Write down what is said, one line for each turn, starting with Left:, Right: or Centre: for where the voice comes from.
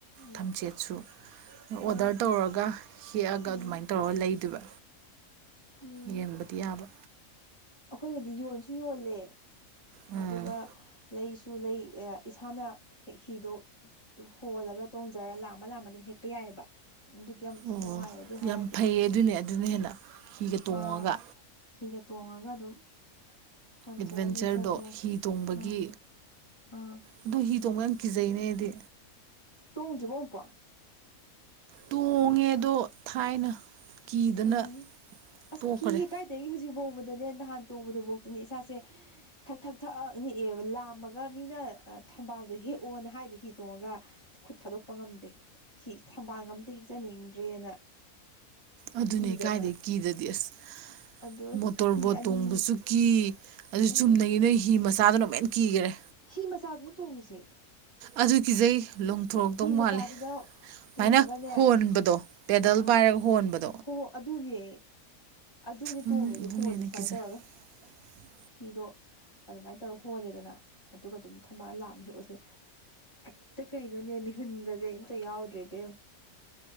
Left: ꯃꯥ
Right: ꯊꯝꯆꯦꯠꯁꯨ ꯑꯣꯗꯔ
Left: ꯑꯣ
Right: ꯇꯧꯔꯒ ꯍꯦꯛꯑꯒ
Left: ꯎꯝ
Right: ꯑꯗꯨꯃꯥꯏꯅ ꯇꯧꯔꯒ ꯂꯩꯗꯨꯣꯏꯕ
Left: ꯎꯝ
Right: ꯌꯦꯡꯕꯗꯤ ꯌꯥꯕ
Left: ꯑꯩꯈꯣꯏꯒꯤꯗꯤ ꯌꯣꯟꯁꯨ ꯌꯣꯜꯂꯦ
Right: ꯎꯝ
Left: ꯑꯗꯨꯒ ꯂꯩꯁꯨ ꯂꯩ ꯑꯦ ꯏꯁꯥꯅ ꯍꯤꯗꯣ ꯍꯣꯜꯂꯒ ꯇꯣꯡꯖꯔꯒ ꯂꯥꯝꯃ ꯂꯥꯝꯃ ꯑꯗꯨꯝ ꯍꯦꯛꯄ ꯌꯥꯏꯑꯕ ꯑꯗꯨꯗꯤ ꯌꯥꯝ
Right: ꯑꯣ
Left: ꯅꯨꯡꯉꯥꯏ ꯑꯗꯨ
Right: ꯌꯥꯝ
Left: ꯍꯥꯏꯔꯗꯤ
Right: ꯐꯩꯌꯦ ꯑꯗꯨꯅꯦ ꯑꯗꯨꯅ ꯍꯦꯟꯅ ꯍꯤꯒ ꯇꯣꯡꯉꯒ
Left: ꯑꯥ ꯍꯤꯒ ꯇꯣꯡꯉꯒ ꯑꯗꯨꯝ ꯍꯣꯟꯖꯔ
Right: ꯑꯦꯠꯚꯦꯟꯆꯔꯗꯣ
Left: ꯂꯩꯖꯕ ꯌꯥꯏ
Right: ꯍꯤ ꯇꯣꯡꯕꯒꯤ
Left: ꯑꯥ ꯑꯥ
Right: ꯑꯗꯨ ꯍꯤꯗꯣꯡꯕ ꯌꯥꯝ ꯀꯤꯖꯩꯅꯦꯗꯤ
Left: ꯇꯣꯡꯣꯡꯖꯕꯝꯄꯥꯥ
Right: ꯇꯣꯡꯉꯦꯗꯣ ꯊꯥꯏꯅ ꯀꯤꯗꯅ
Left: ꯎꯝ ꯑꯁ
Right: ꯇꯣꯛꯈ꯭ꯔꯦ
Left: ꯀ ꯀꯥꯏꯗ ꯍꯧꯖꯤꯛꯕꯧ ꯣꯡꯗꯅꯦ ꯅꯍꯥꯟ ꯇꯣꯡꯕꯗꯨꯐꯥꯎꯇꯅꯦ ꯏꯁꯥꯁꯦ ꯊꯛ ꯊꯛ ꯊꯛꯛꯅꯤꯛꯑꯦꯕ ꯂꯥꯝꯃꯒ ꯃꯤꯅ ꯊꯝꯕꯥꯜꯁꯨꯣ ꯍꯦꯛꯑꯣꯅ ꯍꯥꯏꯗꯣ ꯍꯤ ꯇꯣꯡꯉꯒ ꯈꯨꯠ ꯊꯥꯗꯣꯛꯄ ꯉꯝꯗꯦ ꯍꯤ ꯊꯝꯕꯥꯜ ꯑꯝꯇ ꯍꯦꯛꯆꯅꯤꯡꯗ꯭ꯔꯦꯅ
Right: ꯑꯗꯨꯅꯦ
Left: ꯀꯤꯗꯅ
Right: ꯀꯥꯏꯗꯩ ꯀꯤꯗꯗꯤ ꯑꯁ
Left: ꯑꯗꯣ
Right: ꯃꯣꯇꯣꯔꯕꯣꯠ
Left: ꯍꯤ ꯑꯅꯤ
Right: ꯇꯣꯡꯕꯁꯨ ꯀꯤ ꯑꯗꯨ
Left: ꯎꯝ
Right: ꯆꯨꯝꯅꯉꯤ ꯅꯣꯏ ꯍꯤ ꯃꯆꯥꯗꯨꯅꯃꯦꯟ ꯀꯤꯈꯔꯦ
Left: ꯍꯤ ꯃꯆꯥꯁꯤꯅ ꯇꯣꯡꯉꯁꯦ
Right: ꯑꯗꯨꯒꯤꯖꯩ ꯂꯣꯡꯊꯣꯔꯗꯧ ꯃꯥꯜꯂꯦ
Left: ꯃꯆꯥꯗꯨꯗ
Right: ꯁꯨꯃꯥꯏꯅ
Left: ꯇꯣꯡꯉꯒꯅꯦ
Right: ꯍꯣꯟꯕꯗꯣ ꯄꯦꯗꯜ
Left: ꯑꯥ
Right: ꯄꯥꯏꯔꯒ ꯍꯣꯟꯕꯗ
Left: ꯍꯣ ꯍꯣ ꯑꯗꯨꯅꯦ ꯑꯗꯨꯅꯦ
Right: ꯎꯝ
Left: ꯇꯣꯡꯉꯦꯁꯦ
Right: ꯑꯗꯨꯅ
Left: ꯍꯣꯜꯂꯤꯦ
Right: ꯍꯦꯟꯅ
Left: ꯁꯨꯃꯥꯏꯅ
Right: ꯀꯤꯖꯩ
Left: ꯇꯧꯔꯒ
Right: <inaudible>
Left: ꯍꯤꯗꯣ ꯑꯗꯨꯃꯥꯏꯅ ꯇꯧꯔ ꯍꯣꯜꯂꯦꯗꯅ ꯑꯗꯨꯒ ꯑꯗꯨꯝ ꯊꯝꯕꯥꯜ ꯂꯥꯑꯃꯦ ꯍꯦꯛꯑꯣꯁꯦ ꯍꯛꯇ ꯀꯩꯅꯣꯅꯦ ꯃꯤꯍꯨꯟꯒꯁꯦ ꯑꯝꯇ ꯌꯥꯎꯗ꯭ꯔꯦꯕꯦꯝ